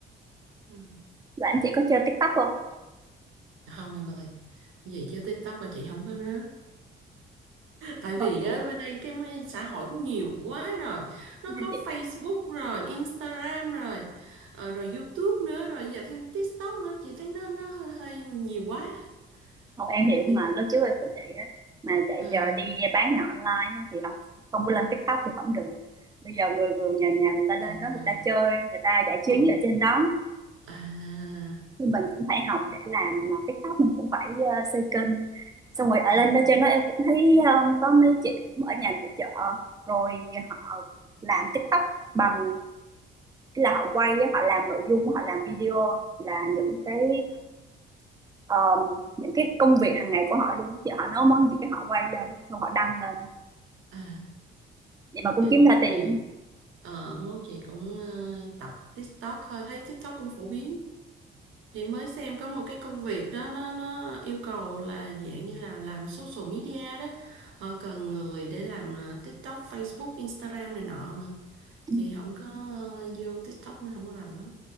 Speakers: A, on the right (about 80°); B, on the right (about 20°).
A: ừ.
B: Rồi em chị có chơi TikTok không
A: không em ơi về chứ TikTok là chị không có rớ Tại vì
B: Ờ,
A: á, bên đây cái m- xã hội cũng nhiều quá rồi. Nó
B: nghe
A: có Facebook
B: chị
A: rồi, Instagram rồi, ờ, rồi YouTube nữa, rồi giờ thêm TikTok nữa. Chị thấy nó nó hơi, hơi nhiều quá.
B: không
A: À,
B: em hiểu mà
A: chị
B: lúc trước
A: không...
B: em cũng vậy á mà chạy
A: À,
B: giờ đi bán hàng online á, thì không không có lên TikTok thì không được bây giờ người người nhà nhà người ta
A: ồ,
B: lên đó người ta chơi người ta giải trí
A: ồ,
B: ở trên đó
A: à,
B: thì mình cũng phải học để làm TikTok mình cũng phải ờ, xây kênh xong rồi ở
A: ờ,
B: lên đó trên đó em cũng thấy um, có mấy chị cũng ở nhà nội trợ rồi họ làm TikTok bằng ý là họ quay á, họ làm nội dung họ làm video là những cái um, những cái công việc hàng ngày của họ luôn chị họ nấu món gì cái họ quay lên xong họ đăng lên
A: à.
B: vậy mà cũng
A: Chứ
B: kiếm
A: mốt
B: ra tiền
A: chị, ờ, mốt chị cũng ờ, tập TikTok thôi. Thấy TikTok cũng phổ biến. Chị mới xem có một cái công việc đó nó nó yêu cầu là dạng như là làm social media đó. Họ cần người để làm à, TikTok, Facebook, Instagram này nọ mà
B: ừ,
A: chị không có ờ, vô TikTok nên không có rành lắm.